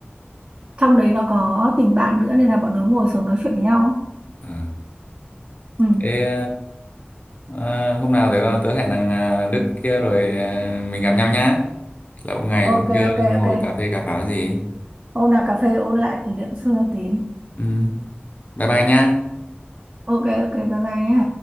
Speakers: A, on the right (about 40°); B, on the left (about 40°).
A: trong đấy nó có tình bạn nữa nên là bọn nó ngồi xuống nói chuyện với nhau ấy.
B: Ờ.
A: ừ.
B: thế À, hôm nào tớ tớ hẹn thằng à, Đức kia rồi à, mình gặp nhau nhá. Lâu ngày cũng
A: ok
B: chưa
A: ok
B: ngồi
A: ok
B: cà phê cà pháo gì.
A: hôm nào cà phê ôn lại kỷ niệm xưa tí
B: Ừ. Bye bye nhá.
A: ok ok bye bye nhé